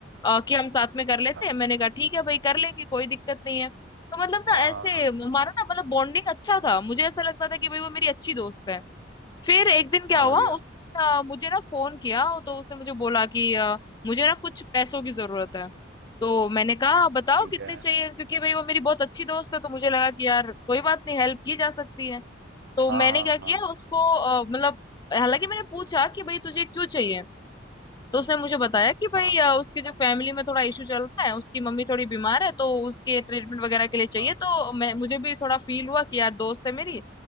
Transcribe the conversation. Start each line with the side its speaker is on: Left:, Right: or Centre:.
Left: अ, कि हम साथ में कर लेते
Right: अच्छा
Left: हैं मैंने कहा ठीक है भाई कर लेंगे कोई दिक्कत नहीं है तो मतलब ना
Right: हाँ
Left: ऐसे
Right: हाँ हाँ
Left: हमारा ना मतलब बॉन्डिंग अच्छा था मुझे ऐसा लगता था कि भाई वो मेरी अच्छी दोस्त है फिर एक दिन क्या
Right: समझ
Left: हुआ
Right: गया
Left: उसने अ, मुझे ना फोन किया तो उसने मुझे बोला कि अ, मुझे ना कुछ पैसों की जरूरत है तो मैंने कहा बताओ
Right: ठीक
Left: कितने
Right: है
Left: चाहिए क्योंकि भाई वो मेरी बहुत अच्छी दोस्त है तो मुझे लगा कि यार कोई बात नहीं हेल्प की जा सकती है तो
Right: हाँ
Left: मैंने
Right: हाँ
Left: क्या किया
Right: हाँ
Left: उसको अ, मतलब हालांकि मैंने पूछा कि भाई तुझे क्यों चाहिए तो उसने मुझे बताया कि भाई
Right: हाँ
Left: अ,
Right: हाँ
Left: उसके जो फैमिली में थोड़ा इशू चल रहा है उसकी मम्मी थोड़ी बीमार है तो उसके ट्रीटमेंट वगैरह के लिए
Right: हाँ
Left: चाहिए तो मैं मुझे भी थोड़ा फील हुआ कि यार दोस्त है मेरी